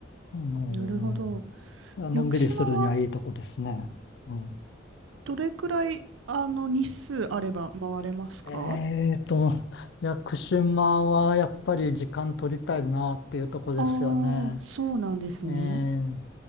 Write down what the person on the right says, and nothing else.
なるほど。
屋久島は
どれくらい、あの、日数あれば回れますか
ああー、そうなんですね。